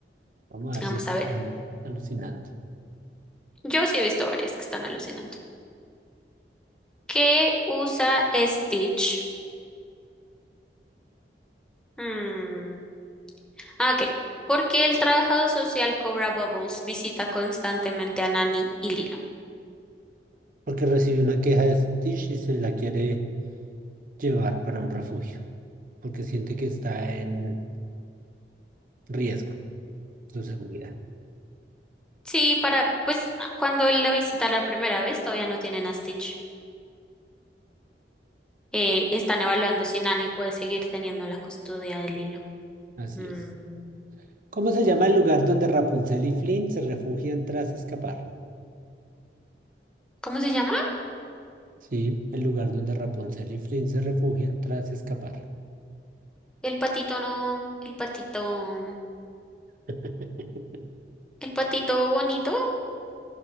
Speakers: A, on the right (about 50°); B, in the centre.
A: Vamos a ver
B: Vamos
A: si estoy
B: a ver.
A: alu- alucinando.
B: Yo sí he visto varias que están alucinando. ¿Qué usa Stitch? Hmm. Ah, ok. ¿Por qué el trabajador social Cobra Bubbles visita constantemente a Nani y Lilo?
A: Porque recibió una queja de Stitch y se la quiere llevar para un refugio, porque siente que está en riesgo su seguridad.
B: Sí, para, pues a- cuando él lo visita la primera vez, todavía no tienen a Stitch. Eh, están evaluando si Nani puede seguir teniendo la custodia de Lilo.
A: Así
B: Mm,
A: es. ¿Cómo se llama el lugar donde Rapunzel y Flynn se refugian tras escapar?
B: ¿Cómo se llama?
A: Sí, el lugar donde Rapunzel y Flynn se refugian tras escapar.
B: El patito no, el patito,
A: <laughs>
B: el patito bonito,